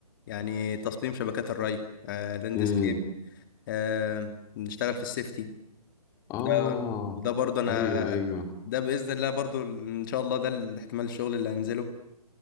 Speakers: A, on the left (about 35°); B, on the left (about 15°).
A: يعني تصميم شبكات الري آه، لاندسكيب
B: امم
A: آه، نشتغل في السيفتي
B: اه
A: ده وده برضو انا
B: ايوه ايوه
A: ده باذن الله برضو ان شاء الله ده الاحتمال الشغل اللي هنزله